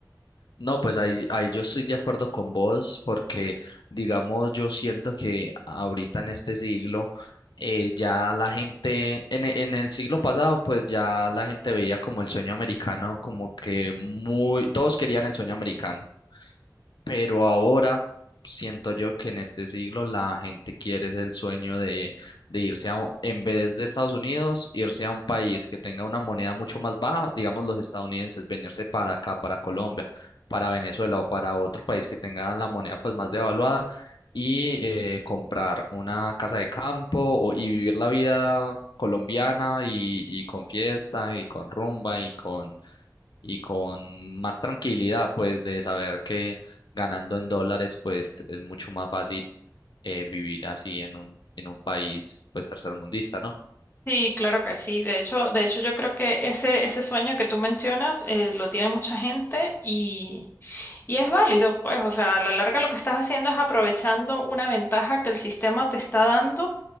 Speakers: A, on the left; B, on the left.
A: No, pues ahí, ahí yo estoy de acuerdo con vos porque, digamos, yo siento que ahorita en este siglo eh, ya la gente, en, e- en el siglo pasado, pues ya la gente veía como el sueño americano, como que muy, todos querían el sueño americano. Pero ahora siento yo que en este siglo la gente quiere es el sueño de, de irse a, un- en vez de Estados Unidos, irse a un país que tenga una moneda mucho más baja, digamos los estadounidenses, venirse para acá, para Colombia, para Venezuela o para otro país que tenga la moneda pues más devaluada y eh, comprar una casa de campo o- y vivir la vida colombiana y, y con fiesta y con rumba y con y con más tranquilidad, pues, de saber que ganando en dólares, pues, es mucho más fácil eh, vivir así en un, en un país, pues, tercermundista, ¿no?
B: Sí, claro que sí. De hecho, de hecho yo creo que ese, ese sueño que tú mencionas eh, lo tiene mucha gente y, y es válido, pues, o sea, a la larga lo que estás haciendo es aprovechando una ventaja que el sistema te está dando